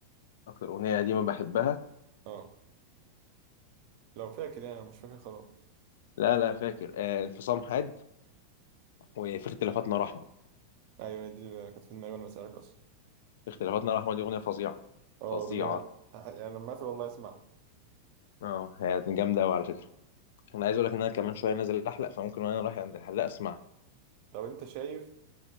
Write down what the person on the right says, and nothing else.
أه لو فاكر يعني أنا مش فاكر خلاص
أيوة هي دي اللي كانت في دماغي وأنا بسألك أصلا
أه
أغنية يعني لما أقفل والله أسمعها
طب أنت شايف